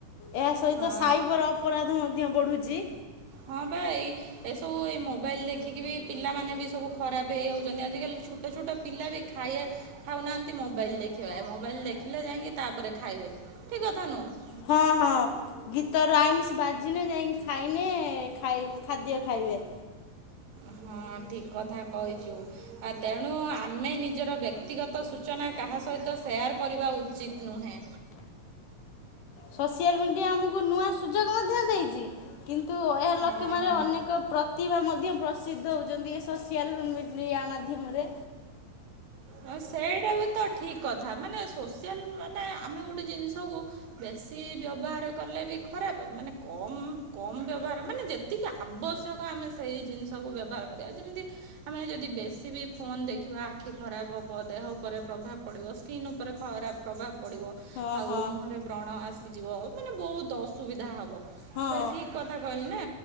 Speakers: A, on the left; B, on the right.
A: ଏହା ସହିତ
B: ହଁ।
A: ସାଇବର ଅପରାଧ ମଧ୍ୟ ବଢୁଛି।
B: ହଁ ବା ଏଇ ଏସବୁ ଏଇ ମୋବାଇଲ୍ ଦେଖିକି ବି ପିଲାମାନେ ବି ସବୁ ଖରାପ ହେଇଯାଉଛନ୍ତି ଆଜିକାଲି ଛୋଟ ଛୋଟ ପିଲା ବି ଖାଇବା ଖାଉନାହାନ୍ତି ମୋବାଇଲ ଦେଖିବା ଏ ମୋବାଇଲ ଦେଖିଲେ ଯାଇକି ତାପରେ ଖାଇବେ ଠିକ କଥା ନୁହଁ।
A: ହଁ ହଁ। ଗୀତରୁ ରାଇମିଷ ବାଜିିନେ ଯାଇକି ଖାଇନେ ଖାଇ ଖାଦ୍ୟ ଖାଇବେ।
B: ହଁ ଠିକ୍ କଥା କହିଛୁ। ତେଣୁ ଆମେ ନିଜର ବ୍ୟକ୍ତିଗତ ସୂଚନା କାହା ସହିତ ସେୟାର କରିବା ଉଚିତ୍ ନୁହେଁ।
A: ସୋସିଆଲ ମିଡିଆ ଆମକୁ ନୂଆ ସୁଯୋଗ ମଧ୍ୟ ଦେଇଛି କିନ୍ତୁ ଏହା ଲକ୍ଷ୍ୟ
B: ହଁ
A: ମାନେ
B: ହଁ
A: ଅନେକ ପ୍ରତିଭା ମଧ୍ୟ ପ୍ରସିଦ୍ଧ ହେଉଛନ୍ତି ଏ ସୋସିଆଲ୍ ମିଡ଼ିଆ ମାଧ୍ୟମରେ।
B: ହଁ ସେଇଟା ବି ତ ଠିକ୍ କଥା ମାନେ ସୋସିଆଲ ମାନେ ଆମେ ଗୋଟେ ଜିନିଷକୁ ବେଶୀ ବ୍ୟବହାର କଲେ ବି ଖରାପ ମାନେ କମ କମ ବ୍ୟବହାର ମାନେ ଯେ ଏତିକି ଆବଶ୍ୟକ ଆମେ ସେଇ ଜିନିଷକୁ ବ୍ୟବହାର କରିବା ଯେମିତି ଆମେ ଯଦି ବେଶୀ ବି ଫୋନ ଦେଖିବା ଆଖି ଖରାପ ହେବ ଦେହ ଉପରେ ପ୍ରଭାବ ପଡ଼ିବ ସ୍କିନ୍ ଉପରେ ଖରାପ ପ୍ରଭାବ ପଡ଼ିବ
A: ହଁ
B: ଆଉ
A: ହଁ
B: ମୁହଁରେ ରଣ ଆସିଯିବ ମାନେ ବହୁତ ଅସୁବିଧା ହବ।
A: ହଁ
B: ସେ ଠିକ କଥା କହିଲ ନା?